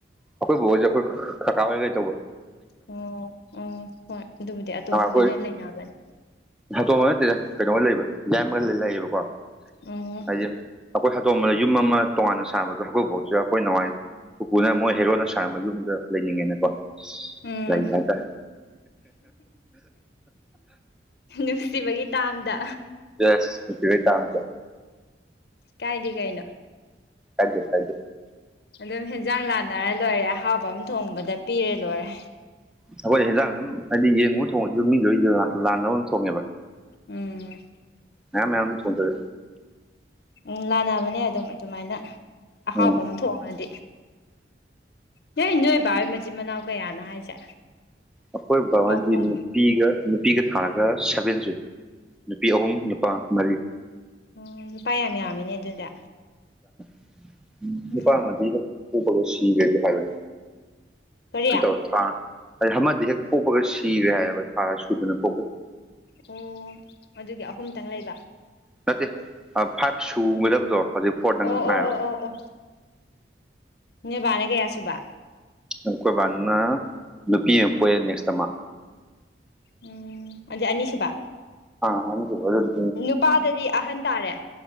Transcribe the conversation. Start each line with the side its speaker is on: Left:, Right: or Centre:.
Centre: ꯑꯩꯈꯣꯏ ꯕꯣꯕꯣꯁꯦ ꯑꯩꯈꯣꯏ ꯀꯀꯥ ꯍꯣꯏ ꯂꯩꯗꯧꯕ꯫
Left: ꯑꯣ ꯑꯣ ꯍꯣꯏ ꯑꯗꯨꯕꯨꯗꯤ ꯑꯇꯣꯝꯕꯒ
Centre: ꯑꯩꯈꯣꯏ
Left: ꯗ ꯂꯩꯅꯕꯅꯦ꯫
Centre: ꯍꯥꯇꯣꯝꯕ ꯅꯠꯇꯦꯗ ꯀꯩꯅꯣ ꯂꯩꯕ ꯌꯥꯏꯃꯒ ꯂꯩꯌꯦꯕꯀꯣ
Left: ꯎꯝ
Centre: ꯍꯥꯏꯗꯤ__ ꯑꯩꯈꯣꯏ ꯍꯥꯇꯣꯝꯕꯗ ꯌꯨꯝ ꯑꯃ ꯇꯣꯉꯥꯟꯅ ꯁꯥꯕꯗꯣ ꯈꯣꯏꯕꯣꯁꯨ ꯌꯥꯎ ꯈꯣꯏ ꯅꯋꯥꯏ ꯄꯨꯄꯨꯅ ꯃꯣꯏ__ ꯍꯦꯔꯣ ꯅ ꯁꯥꯥꯔꯝꯕ ꯌꯨꯝꯗꯣ ꯂꯩꯅꯤꯡꯉꯦꯅꯀꯣ__
Left: ꯎꯝ
Centre: ꯂꯩꯕ ꯫
Left: ꯅꯨꯡꯁꯤꯕꯒꯤ ꯇꯥꯝꯗ꯫
Centre: ꯌꯦꯁ ꯅꯨꯄꯤꯔꯩ ꯇꯥꯝꯆꯥ꯫
Left: ꯁ꯭ꯇꯥꯏꯗꯤ ꯀꯩꯅꯣ꯫
Centre: ꯀꯥꯏꯗꯦ ꯀꯥꯏꯗꯦ꯫
Left: ꯑꯗꯨꯝ ꯍꯦꯟꯖꯥꯡ ꯂꯥꯟꯅꯔ ꯂꯣꯏꯔꯦ ꯑꯍꯥꯎꯕ ꯑꯃ ꯊꯣꯡꯕꯗ ꯄꯤꯔ ꯂꯣꯏꯔꯦ꯫
Centre: ꯑꯩꯈꯣꯏ ꯍꯩꯖꯥꯡ ꯑꯗꯨꯝ ꯍꯥꯏꯗꯤ ꯌꯦꯡꯉꯨ ꯊꯣꯡꯉꯁꯨ ꯃꯤꯂꯣꯏ ꯂꯥꯟꯅꯕ ꯑꯗꯨꯝ ꯊꯣꯡꯉꯦꯕ꯫
Left: ꯎꯝ꯫
Centre: ꯑ ꯃꯌꯥꯝ ꯊꯣꯡꯗꯣꯑꯦ꯫
Left: ꯎꯝ ꯂꯥꯟꯅꯕꯅꯦ ꯑꯗꯨꯝ ꯑꯗꯨꯃꯥꯏꯅ ꯑꯍꯥꯎꯕ
Centre: ꯎꯝ
Left: ꯑꯃ ꯊꯣꯡꯉꯗꯤ ꯅꯣꯏ ꯅꯣꯏ ꯕꯥ ꯍꯣꯏ ꯃꯆꯤꯟ ꯃꯅꯥꯎ ꯀꯌꯥꯅꯣ ꯍꯥꯏꯁꯦ
Centre: ꯑꯩꯈꯣꯏ ꯕꯥ ꯍꯣꯏꯗꯤ
Left: ꯑꯍꯨꯝ
Centre: ꯅꯨꯄꯤꯒ ꯅꯨꯄꯤꯒ ꯊꯥꯔꯒ ꯁꯚꯦꯟ ꯁꯨꯨꯏ ꯅꯨꯄꯤ ꯑꯍꯨꯝ ꯅꯨꯄꯥ ꯃꯔꯤ
Left: ꯑꯣ ꯅꯨꯄꯥ ꯌꯥꯝ ꯌꯥꯝꯃꯤꯅꯦ ꯑꯗꯨꯗꯤ
Centre: <inaudible>
Left: ꯎꯝ
Centre: ꯅꯨꯄꯥ ꯑꯃ ꯅꯨꯄꯤꯒ ꯄꯣꯛꯄꯒ ꯁꯤꯈ꯭ꯔꯦꯗꯤ ꯍꯥꯏꯕꯅꯦ
Left: ꯀꯔꯤ
Centre: ꯀꯩ ꯇꯧꯔꯛꯄ <inaudible> ꯑꯃꯗꯤ ꯍꯦꯛ ꯄꯣꯛꯄꯒ ꯁꯤꯔꯦ ꯍꯥꯏꯌꯦꯕ ꯊꯥ ꯁꯨꯗꯅ ꯄꯣꯛꯄꯒꯤ
Left: ꯑꯣ ꯑꯗꯨꯒꯤ ꯑꯍꯨꯝꯇꯪ ꯂꯩꯕ
Centre: ꯅꯠꯇꯦ ꯐꯥꯏꯚ ꯁꯨꯒꯗꯕꯗꯣ ꯍꯧꯖꯤꯛ ꯐꯣꯔꯗꯪ
Left: ꯑꯣ
Centre: ꯉꯥꯏꯔꯕ
Left: ꯑꯣ ꯑꯣ ꯑꯣ ꯑꯣ ꯅꯣꯏꯕꯥꯅ ꯀꯌꯥ ꯁꯨꯕ
Centre: ꯑꯩꯈꯣꯏ ꯕꯥꯅ ꯅꯨꯄꯤ ꯑꯃ ꯄꯣꯛꯑꯦ ꯅꯦꯛꯁꯇ ꯃꯥ
Left: ꯎꯝ ꯑꯗꯤ ꯑꯅꯤꯁꯨꯕ
Centre: ꯑ ꯑꯅꯤꯁꯨꯕ ꯑꯗꯨꯗꯨ
Left: ꯅꯨꯄꯥꯗꯗꯤ ꯑꯍꯟ ꯇꯥꯔꯦ